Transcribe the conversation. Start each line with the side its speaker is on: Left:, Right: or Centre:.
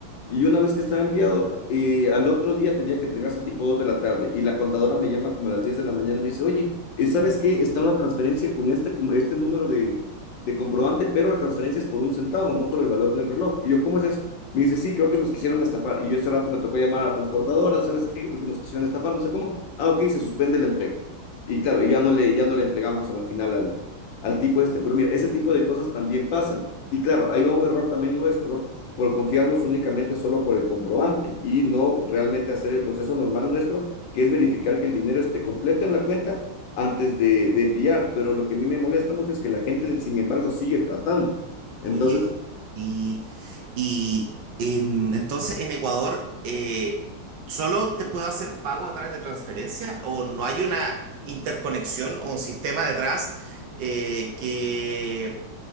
Left: Y una vez que estaba enviado, eh, al otro día tenía que entregarse tipo 2 de la tarde y la contadora me llama como a las 10 de la mañana y me dice, oye, eh, ¿sabes qué? Está una transferencia con este, este número de, de comprobante, pero la transferencia es por un centavo, no por el valor del reloj. Y yo, ¿cómo es eso? Me dice, sí, creo que nos quisieron estafar. Y yo ese rato me tocó llamar a la transportadora, ¿sabes qué? Creo que nos quisieron estafar, no sé cómo. Ah, ok, se suspende la entrega. Y claro, y ya no le, ya no le entregamos a la final al, al tipo este. Pero mira, ese tipo de cosas también pasan. Y claro, ahí va un error también nuestro por confiarnos únicamente solo por el comprobante y no realmente hacer el proceso normal nuestro, que es verificar que el dinero esté completo en la cuenta antes de, de enviar. Pero lo que a mí me molesta mucho es que la gente, sin embargo, sigue tratando. Entonces,
Right: Oye, y, y en- entonces en Ecuador, eh, ¿solo te puedo hacer pago a través de transferencia o no hay una interconexión o un sistema detrás eh, que